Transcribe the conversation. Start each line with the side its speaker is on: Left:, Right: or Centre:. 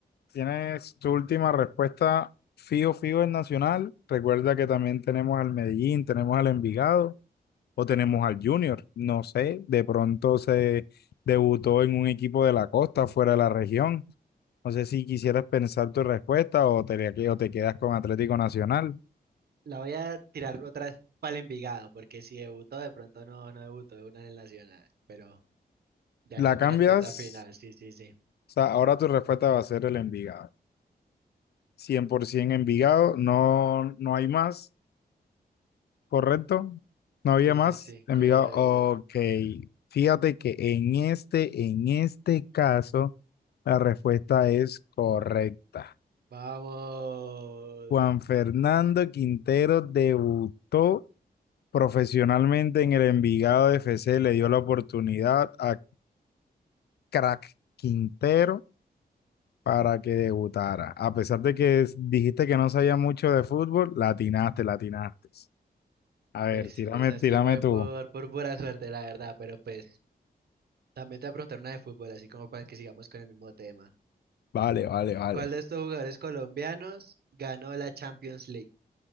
Left: ¿Tienes tu última respuesta fijo, fijo el Nacional? Recuerda que también tenemos al Medellín, tenemos al Envigado o tenemos al Junior, no sé, de pronto se debutó en un equipo de la costa, fuera de la región. No sé si quisieras pensar tu respuesta o te, o te quedas con Atlético Nacional.
Right: La voy a tirar otra vez para el Envigado, porque si debutó, de pronto no, no debutó de una en el Nacional. Pero ya esa
Left: La
Right: es
Left: cambias,
Right: mi respuesta final, sí, sí, sí.
Left: o sea, ahora tu respuesta va a ser el Envigado. 100% Envigado, no, no hay más, ¿correcto? No había
Right: Sí,
Left: más,
Right: sí, sí,
Left: Envigado.
Right: correcto.
Left: Ok, fíjate que en este, en este caso, la respuesta es correcta.
Right: Vamos.
Left: Juan Fernando Quintero debutó profesionalmente en el Envigado FC, le dio la oportunidad a Crack Quintero para que debutara. A pesar de que es- dijiste que no sabía mucho de fútbol, latinaste, latinaste. A ver,
Right: Pues sí,
Left: tírame,
Right: esa sí
Left: tírame
Right: fue
Left: tú.
Right: por, por pura suerte, la verdad, pero pues también te voy a preguntar una de fútbol, así como para que sigamos con el mismo tema.
Left: Vale, vale, vale.
Right: ¿Cuál de estos jugadores colombianos ganó la Champions League?